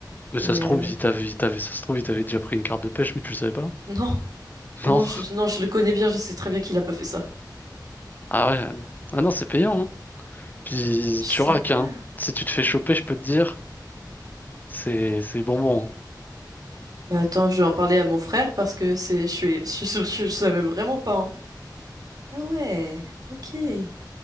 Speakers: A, on the left (about 25°); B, on the right (about 55°).
A: Mais
B: Et
A: ça se trouve,
B: euh,
A: il t'avait, il t'avait- ça se trouve, il t'avait déjà pris une carte de pêche, mais tu le savais pas.
B: <laughs> non, non,
A: <laughs> Non.
B: non, je, non, je le connais bien. Je sais très bien qu'il a pas fait ça.
A: Ah ouais. Ah non, c'est payant. hein. Puis
B: Je savais
A: tu raques,
B: pas.
A: hein. Si tu te fais choper, je peux te dire, c'est, c'est bonbon.
B: Bah, attends, je vais en parler à mon frère parce que c'est, je suis, <laughs> je, je- je- je savais vraiment pas. hein. Ah ouais, ok. Et